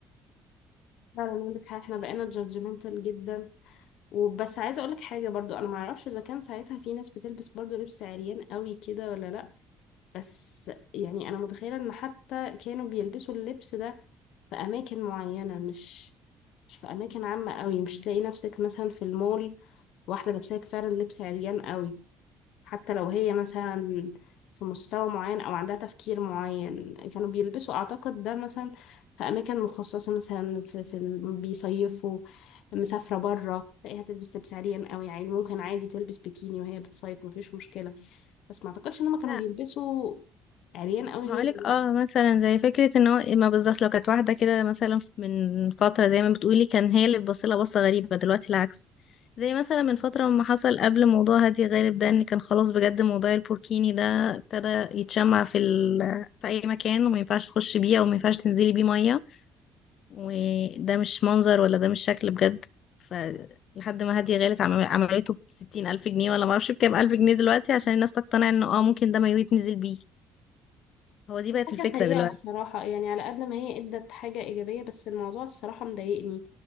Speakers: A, on the left; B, on the left.
A: فعلا عندك حق احنا بقينا جادجمنتال جدا وبس عايزه اقولك حاجه برضو انا معرفش اذا كان ساعتها في ناس بتلبس برضو لبس عريان قوي كده ولا لا بس يعني انا متخيله ان حتى كانوا بيلبسوا اللبس ده في اماكن معينه مش مش في اماكن عامه قوي مش تلاقي نفسك مثلا في المول واحده لابساك فعلا لبس عريان قوي حتى لو هي مثلا في مستوى معين أو عندها تفكير معين كانوا بيلبسوا أعتقد ده مثلا في أماكن مخصصة مثلا في, في ال- بيصيفوا مسافرة برا تلاقيها تلبس لبس عريان قوي يعني ممكن عادي تلبس بيكيني وهي بتصيف مفيش مشكلة بس ما أعتقدش إن هما كانوا
B: لا
A: بيلبسوا عريان قوي
B: هقولك
A: زي دلوقتي
B: اه مثلا زي فكرة ان هو ما بالظبط لو كانت واحدة كده مثلا من فترة زي ما بتقولي كان هي اللي بتبصلها بصة غريبة دلوقتي العكس زي مثلا من فترة ما حصل قبل موضوع هادي غالب ده ان كان خلاص بجد موضوع البوركيني ده ابتدى يتشمع في ال... في اي مكان وما ينفعش تخش بيه او ما ينفعش تنزلي بيه مية وده مش منظر ولا ده مش شكل بجد ف لحد ما هادية غالب عمل- عملته بستين ألف جنيه ولا معرفش بكام ألف جنيه دلوقتي عشان الناس تقتنع انه اه ممكن ده ما يتنزل بيه هو دي بقت
A: حاجة
B: الفكرة
A: سيئة
B: دلوقتي
A: الصراحة يعني على قد ما هي ادت حاجة ايجابية بس الموضوع الصراحة مضايقني